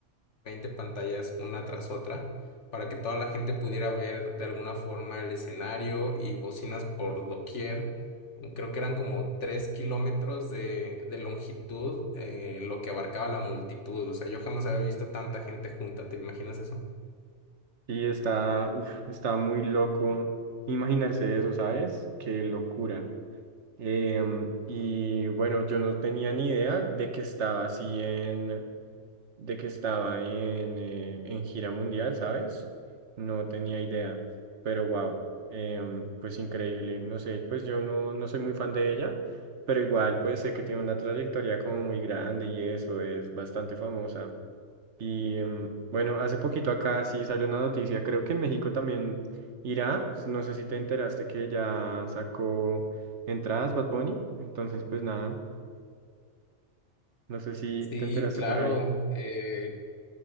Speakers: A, on the left; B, on the right.
A: 20 pantallas una tras otra para que toda la gente pudiera ver de alguna forma el escenario y bocinas por doquier. Creo que eran como 3 kilómetros de, de longitud eh, lo que abarcaba la multitud. O sea, yo jamás había visto tanta gente junta. ¿Te imaginas eso?
B: Y está, uf, está muy loco imaginarse eso, ¿sabes? Qué locura. Em, y bueno, yo no tenía ni idea de que estaba así en... de que estaba en, eh, en gira mundial, ¿sabes? No tenía idea, pero wow, pues increíble. No sé, pues yo no, no soy muy fan de ella, pero igual pues sé que tiene una trayectoria como muy grande y eso es bastante famosa. Y em, bueno, hace poquito acá sí salió una noticia, creo que en México también irá, no sé si te enteraste que ya sacó entradas Bad Bunny, entonces pues nada, no sé si
A: Sí,
B: te enteraste
A: claro.
B: por ahí.
A: Eh,